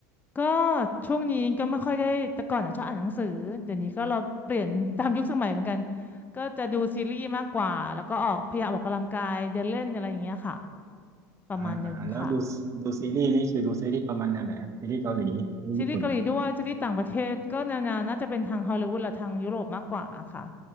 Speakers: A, on the left (about 20°); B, on the right (about 30°).
A: ก็ช่วงนี้ก็ไม่ค่อยได้แต่ก่อนอะชอบอ่านหนังสือเดี๋ยวนี้ก็เราเปลี่ยนตามยุคสมัยเหมือนกันก็จะดูซีรีส์มากกว่าแล้วก็ออกพยายามออกกำลังกายเดินเล่นอะไรอย่างเงี้ยค่ะประมาณหนึ่งค่ะ
B: อ่าอ่าแล้วดูดูซีรีส์นี่คือดูซีรีส์ประมาณแนวไหนฮะซีรีส์เกาหลีซีรีส์ญี่ปุ่น
A: ซีรีส์เกาหลีด้วยซีรีส์ต่างประเทศก็แนวๆน่าจะเป็นทางฮอลลีวูดหรือทางยุโรปมากกว่าค่ะ